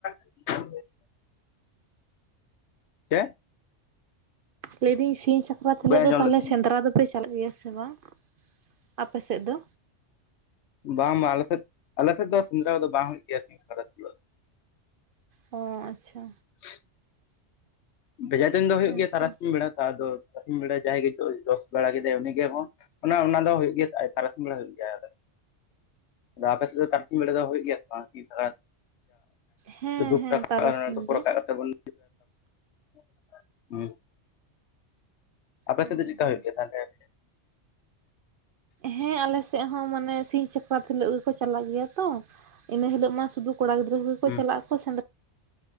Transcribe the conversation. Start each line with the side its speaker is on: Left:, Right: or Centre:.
Left: <inaudible> ᱪᱮᱫ
Right: ᱞᱟᱹᱭᱫᱟᱹᱧ ᱥᱤᱧ ᱥᱟᱠᱨᱟᱛ ᱦᱤᱞᱳᱜ
Left: ᱵᱟᱹᱧ ᱟᱸᱡᱚᱢ
Right: ᱫᱚ ᱛᱟᱦᱞᱮ
Left: ᱞᱮᱫᱟ
Right: ᱥᱮᱸᱫᱽᱨᱟ ᱫᱚᱯᱮ ᱪᱟᱞᱟᱜ ᱜᱮᱭᱟ ᱥᱮ ᱵᱟᱝ ᱟᱯᱮ ᱥᱮᱫ ᱫᱚ
Left: ᱵᱟᱝ ᱵᱟᱝ ᱟᱞᱮᱥᱮᱫ ᱟᱞᱮ ᱥᱮᱫ ᱫᱚ ᱥᱮᱸᱫᱽᱨᱟ ᱫᱚ ᱵᱟᱝ ᱦᱩᱭᱩᱜ ᱜᱮᱭᱟ ᱥᱤᱢ ᱥᱟᱠᱨᱟᱛ ᱨᱮᱫᱚ
Right: ᱚ ᱟᱪᱪᱷᱟ
Left: ᱦᱮ <inaudible> ᱵᱷᱮᱡᱟ ᱛᱩᱧ ᱫᱚ ᱦᱳᱭᱳᱜ
Right: ᱦᱮᱸᱛᱚ
Left: ᱜᱮᱭᱟ ᱛᱨᱟᱥᱤᱧ ᱵᱮᱲᱟ ᱛᱚ ᱟᱫᱚ ᱛᱟᱨᱟᱥᱤᱧ ᱵᱮᱲᱟ ᱡᱟᱦᱟᱸᱭ ᱜᱮ ᱡᱚᱥ ᱵᱟᱲᱟ ᱠᱮᱫᱟᱭ ᱩᱱᱤ ᱜᱮ ᱚᱱᱟ ᱚᱱᱟ ᱫᱚ ᱦᱩᱭᱩᱜ ᱜᱮᱭᱟ ᱛᱟᱨᱟᱥᱤᱢ ᱵᱮᱲᱟ ᱦᱩᱭᱩᱜ ᱜᱮᱭᱟ ᱟᱯᱮ ᱥᱮᱫ ᱫᱚ ᱛᱟᱨᱟᱥᱤᱧ ᱵᱮᱲᱟ ᱫᱚ ᱦᱩᱭᱩᱜ ᱜᱮᱭᱟ ᱥᱮ ᱵᱟᱝ
Right: ᱦᱮᱸ
Left: ᱛᱩᱯᱩ
Right: ᱦᱮᱸ
Left: ᱨᱟᱠᱟᱵ
Right: ᱛᱟᱨᱟᱥᱤᱧ
Left: ᱫᱚᱠᱚ
Right: ᱜᱮ᱾
Left: <unintelligible> ᱨᱟᱠᱟᱵ ᱠᱟᱛᱮ ᱵᱚᱱ <unintelligible> ᱦᱩᱸ ᱟᱯᱮ
Right: ᱦᱳᱭ
Left: ᱥᱮᱫ ᱫᱚ ᱪᱮᱫᱠᱟ
Right: ᱦᱳᱭ
Left: ᱦᱩᱭᱩᱜ ᱜᱮᱭᱟ ᱛᱟᱦᱚᱞᱮ
Right: ᱦᱮᱸ ᱟᱞᱮᱥᱮᱫ ᱦᱚᱸ ᱢᱟᱱᱮ ᱥᱤᱧ ᱥᱟᱠᱨᱟᱛ ᱦᱤᱞᱟᱹᱜ ᱜᱮᱠᱚ ᱪᱟᱞᱟᱜ ᱜᱮᱭᱟ ᱛᱚ ᱤᱱᱟᱹ ᱦᱤᱞᱚᱜ ᱢᱟ ᱥᱩᱫᱩ ᱠᱚᱲᱟ ᱜᱤᱫᱽᱨᱟᱹ ᱠᱚ ᱜᱮ ᱠᱚ
Left: ᱦᱩᱸ
Right: ᱪᱟᱞᱟᱜ ᱟᱠᱚ ᱥᱮᱸᱫᱽᱨᱟ